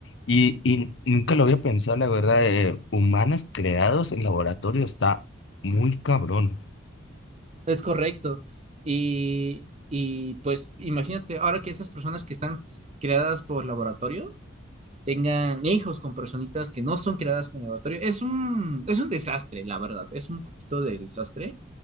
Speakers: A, on the left; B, on the right.
A: y, y nunca lo había pensado, la verdad, eh, humanos creados en laboratorio está muy cabrón.
B: Es correcto. Y, y pues imagínate, ahora que estas personas que están creadas por laboratorio tengan hijos con personitas que no son creadas en el laboratorio, es un, es un desastre, la verdad. Es un poquito de desastre.